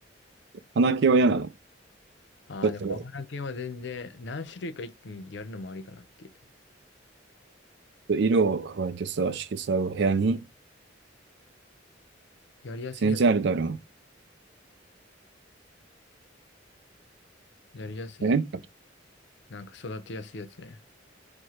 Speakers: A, on the right (about 60°); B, on the left (about 65°).
A: 花毛は嫌なの。
B: ああ、
A: ちょっと
B: でもお花系は全然何種類か一気にやるのもありかなっていう。
A: 色を加えてさ、色彩を部屋に。
B: やりやすいやつ、
A: 全然あれだろ
B: やりやすいやつ、
A: う。え
B: なんか育てやすいやつね。